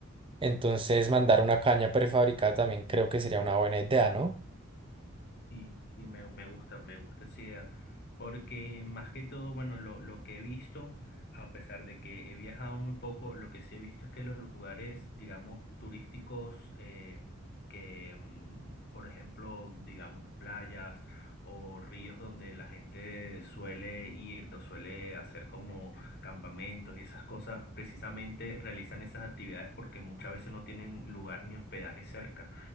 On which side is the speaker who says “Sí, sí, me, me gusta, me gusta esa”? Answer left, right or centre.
Left